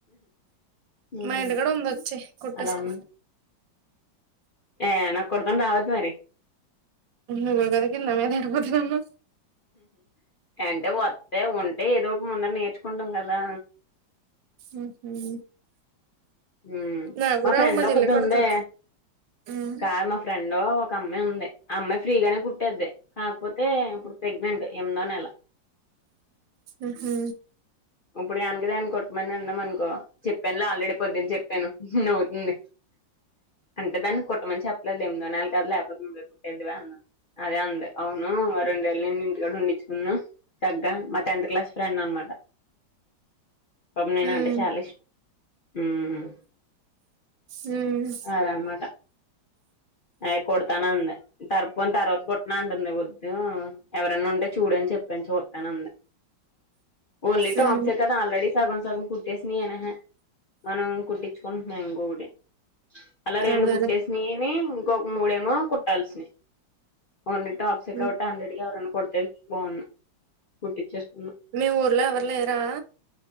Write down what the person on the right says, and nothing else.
మా ఇంటి కూడా ఉందోచ్చేయి కుట్టేసుకో
నువ్వే గా కిందా మీద ఏడిపోతాదన్నావ్
ఉహు
నాకు
రావు
చెల్లి కుడతది
ఉమ్
ఉహు
ఉమ్
హ్మ్
ఉమ్
అదేలే
ఉమ్
మీ ఊర్లో ఎవర్ లేరా?